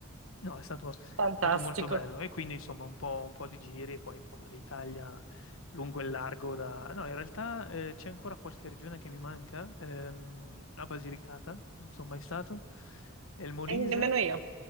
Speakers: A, on the left (about 75°); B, on the right (about 80°).
A: No, è stato, è
B: Fantastico.
A: stato molto bello e quindi insomma un po', un po' di giri e poi insomma l'Italia lungo e largo da... No, in realtà eh, c'è ancora qualche regione che mi manca, ehm, la Basilicata, non sono mai stato, e il Molise
B: E nemmeno io,